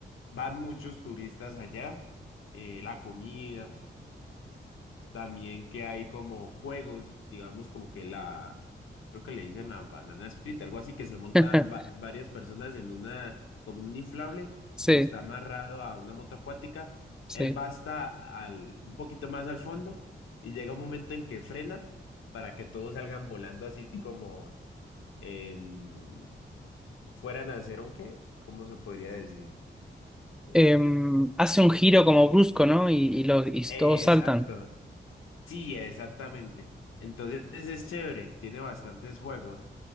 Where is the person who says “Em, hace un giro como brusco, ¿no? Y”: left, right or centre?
Centre